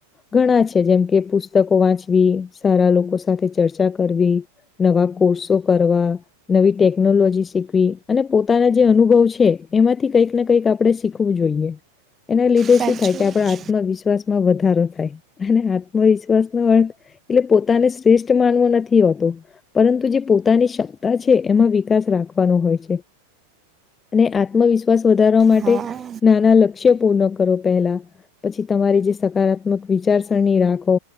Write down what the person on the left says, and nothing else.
ઘણા છે જેમ કે પુસ્તકો વાંચવી, સારા લોકો સાથે ચર્ચા કરવી. નવા કોર્સો કરવા. નવી ટેકનોલોજી શીખવી અને પોતાના જે અનુભવ છે એમાંથી કંઈક ને કંઈક આપડે શીખવું જોઈએ. એના લીધે
શું થાય કે આપડે
આત્મવિશ્વાસ મા વધારો થાય અને આત્મવિશ્વાસ નો અર્થ એટલે પોતાને શ્રેષ્ઠ માનવુ નથી હોતું પરંતુ જે પોતાની ક્ષમતા છે એમાં વિકાસ રાખવાનો હોય છે. અને આત્મવિશ્વાસ વધારવા માટે
નાના લક્ષ્ય પૂર્ણ કરો પહેલા પછી તમારી જે સકારાત્મક વીચારસરણી રાખો.